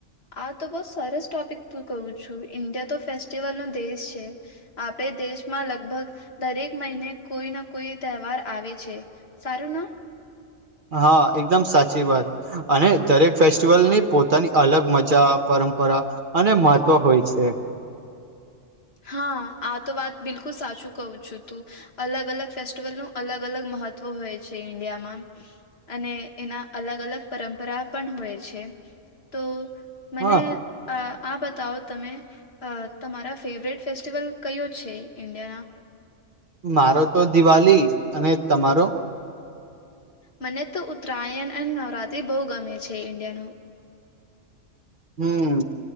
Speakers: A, on the left (about 55°); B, on the right (about 45°).
A: આ તો બઉ સરસ ટોપિક તું કહું છું, ઇન્ડિયા તો ફેસ્ટિવલ નો દેશ છે. આપણે દેશમાં લગભગ દરેક મહિને કોઈ ના કોઈ તહેવાર આવે છે. સારું ના?
B: હા, એકદમ સાચી વાત. અને દરેક ફેસ્ટિવલ ની પોતાની અલગ મજા, પરંપરા અને મહત્વ હોય છે. <inaudible>
A: હા. આ તો વાત બિલકુલ સાચું કહું છું તું. અલગ-અલગ ફેસ્ટિવલનું અલગ-અલગ મહત્વ હોય છે ઈન્ડિયામાં. અને એના અલગ-અલગ પરંપરા પણ હોય છે, તો મને
B: હા
A: આ બતાવો તમે અહ તમારા ફેવરેટ ફેસ્ટિવલ કયો છે ઇન્ડિયાના?
B: મારો તો દિવાલી. અને તમારો?
A: મને તો ઉત્તરાયણ અને નવરાત્રી બહુ ગમે છે ઈન્ડિયાનું.
B: હમ્મ.